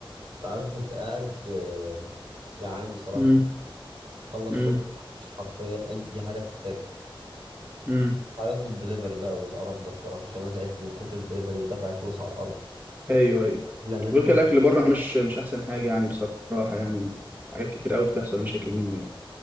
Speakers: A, on the right; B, on the right.
A: انت عارف كنت قاعد آه، جعان بصراحة
B: امم
A: وخلص
B: امم
A: شغل مفيش حرفيا أي حاجة تتاكل
B: امم
A: عايز أطلب دليفري بقى والقرف ده بصراحة عشان أنا تعبت من كتر الدليفري ودفع الفلوس على الأرض
B: ايوه ايوه
A: لا منه
B: غير كده الاكل بره مش مش احسن حاجه يعني بصراحه يعني حاجات كتير قوي بتحصل مشاكل منه يعني